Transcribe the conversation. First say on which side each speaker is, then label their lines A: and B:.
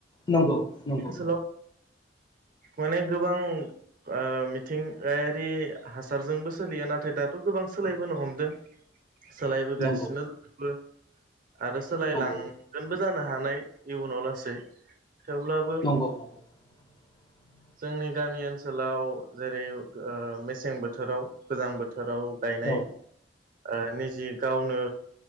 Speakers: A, on the left; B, on the right.
A: नंगौ नंगौ।
B: ओनसोलाव माने गोबां ओ मिथिंगायारि हासारजोंबो सोलिया नाथाय दाथ' गोबां सोलायबोनो हमदों सोलायबोगासिनो
A: नंगौ
B: दंजोबो आरो सोलायलांगोनबो
A: नंगौ
B: जानो हानाय इयुनाव लासै थेवब्लाबो
A: नंगौ नंगौ <inaudible>
B: जोंनि गामि ओनसोलाव जेरै मेसें बोथोराव गोजां बो थोराव गायनाय
A: औ
B: ओ निजि गावनो